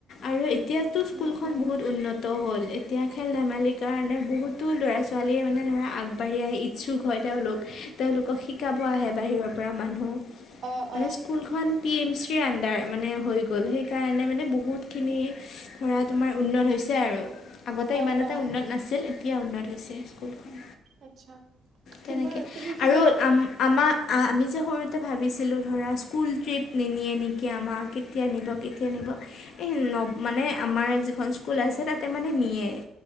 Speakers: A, on the left; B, on the right.
A: আৰু এতিয়াতো স্কুলখন
B: উম, উম,
A: বহুত উন্নত তো হ'ল, এতিয়া খেল ধেমালিৰ কাৰণে বহুতো ল'ৰা ছোৱালীয়ে মানে ধৰা আগবাঢ়ি আহি, ইছু ক হয় তেওঁলোক, তেওঁলোকক শিকাব আহে বাহিৰৰ পৰা মানুহ
B: অ',
A: মানে
B: অ',
A: স্কুলখন। পি এম চিৰ ৰ আণ্ডাৰ, মানে হৈ গ'ল সেইকাৰণে মানে বহুতখিনি ধৰা তোমাৰ উন্নত হৈছে। হৈছে আৰু আগতে
B: অ',
A: ইমান এটা
B: অ',
A: উন্নত নাছিল এতিয়া উন্নত হৈছে, স্কুলখন।
B: আচ্ছা।
A: তেনেকে
B: তোমাৰ তুমি কিবা
A: আৰু আম আমাৰ আমি যে সৰুতে ভাবিছিলোঁ ধৰা স্কুল ট্ৰিপ নিনিয়ে নেকি আমাক, কেতিয়া নিব কেতিয়া নিব। এই নব মানে আমাৰ যিখন স্কুল আছে তাঁতে মানে নিয়ে-